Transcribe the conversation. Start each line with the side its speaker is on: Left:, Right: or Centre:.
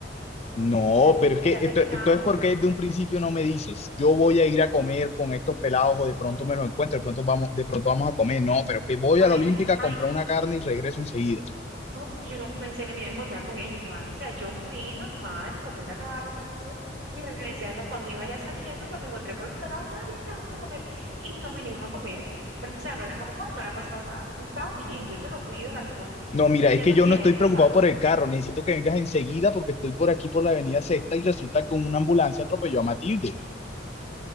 Left: No,
Right: Estoy aquí,
Left: pero
Right: pero
Left: es que
Right: ya terminamos.
Left: esto- entonces, ¿por qué desde un principio no me dices, yo voy a ir a comer con estos pelados o de pronto me los encuentro, de pronto vamos, de pronto vamos a comer? No, pero es que voy
Right: Ay,
Left: a la Olímpica a
Right: ay,
Left: comprar una carne y regreso enseguida.
Right: Porque yo no pensé que me iba a encontrar con ellos, Juan. O sea, yo fui normal, compré la carne, no sé qué, y regresé a la, cuando iba ya saliendo, pues me encontré con los pelados, ay, nada, vamos a comer, y nos vinimos a comer. Pero, o sea, no, la la carne no le ha pasado nada. Y está bien, yo te lo cuido, la cosa,
Left: No, mira,
Right: ya
Left: es que
Right: te lo
Left: yo
Right: llevo,
Left: no estoy
Right: ¿dónde
Left: preocupado
Right: estás?
Left: por el carro, necesito que vengas enseguida porque estoy por aquí por la Avenida Sexta y resulta que una ambulancia atropelló a Matilde.